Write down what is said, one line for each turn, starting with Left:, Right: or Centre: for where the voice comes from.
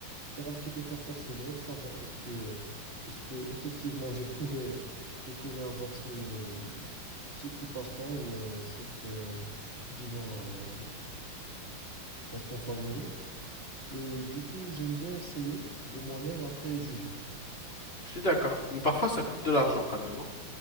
Right: faire un petit effort personnel, savoir est-ce que, est-ce que effectivement je pourrais, je pourrais avoir ce, ce, ce passe-temps ou euh, cette, euh, disons, euh, passe-temps favori. Et du coup, j'aime bien essayer de moi-même après juger.
Left: Je suis d'accord. Mais parfois, ça coûte de l'argent quand même, hein.